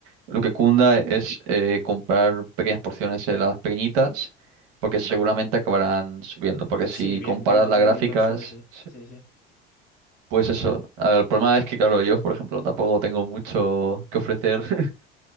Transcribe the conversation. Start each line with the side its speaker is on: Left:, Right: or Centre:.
Right: lo que cunda es eh, comprar pequeñas porciones de las pequeñitas, porque seguramente acabarán subiendo, porque
Left: Sí,
Right: si
Left: bien,
Right: comparas
Left: viendo
Right: las
Left: que
Right: gráficas,
Left: Bitcoin sube, sí.
Right: se-
Left: Sí, sí.
Right: pues eso, a ver, el problema es que, claro, yo, por ejemplo, tampoco tengo mucho que ofrecer, <laughs>